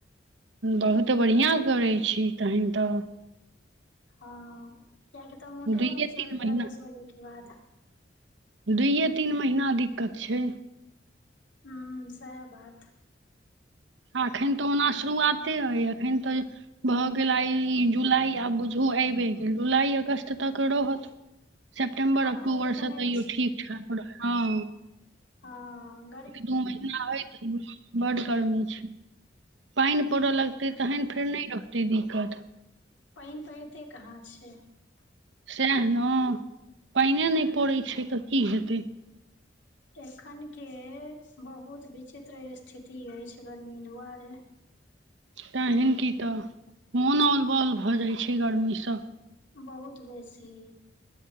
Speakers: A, on the right; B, on the left.
A: बहुत बढ़िआँ करै छी तहन तऽ
B: हँ किया कि तऽ मोटरो
A: दुइए
B: नहि चलैया
A: तीन महीना
B: दस बजे के बाद
A: दुइयए तीन महिना दिक्कत छै
B: हूँ साय बात
A: एखन तऽ ओना शुरुआते अइ एखन तऽ भऽ गेल आइ जुलाई आब बुझू आइबे गेल जुलाई अगस्त तक रहोत सेप्टेम्बर
B: हँ
A: अक्टूबर
B: एखन
A: से
B: अछि
A: तैयो ठीक ठाक रह हँ
B: आं
A: एक दू महीना हय त बड गर्मी छै पानि पड़य लगतै तहन फेर नहि रहतै दिक्कत
B: पानि पड़िते कहाँ छै
A: सएह ने पानिए नहि पड़ैत छै तऽ की हेतै
B: एखन के बहुत विचित्र स्थिति अछि गर्मी दुआरे
A: तहन की तऽ मोन औल बौल भऽ जाइत छै गर्मी सँ
B: बहुत बेसी